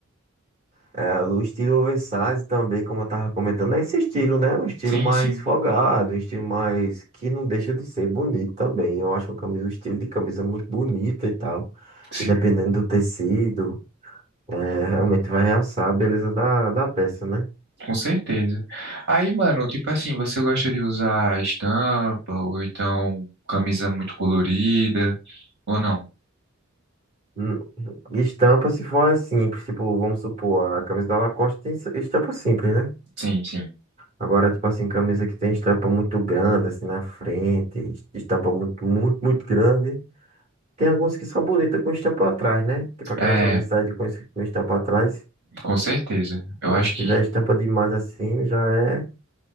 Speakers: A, on the right (about 35°); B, on the right (about 55°).
A: é, o estilo oversize também, como eu tava comentando, é esse estilo, né? Um estilo
B: sim,
A: mais
B: sim,
A: folgado, um estilo mais que não deixa de ser bonito também. Eu acho uma camisa, o estilo de camisa muito bonita e tal.
B: sim,
A: E dependendo do tecido, é, realmente vai realçar a beleza da, da peça, né?
B: com certeza. Aí, mano, tipo assim, você gosta de usar estampa ou então camisa muito colorida ou não?
A: Hum, Estampa se for simples, tipo, vamos supor, a camisa da Lacoste tem estampa simples, né?
B: Sim, sim.
A: Agora, tipo assim, camisa que tem estampa muito grande, assim, na frente, estampa muito, muito, muito grande. Tem algumas que são bonitas com estampa atrás, né? Tipo aquelas
B: É,
A: oversize com, es- com estampa atrás.
B: com certeza. Eu
A: Mas
B: acho
A: se
B: que
A: tiver estampa demais assim, já é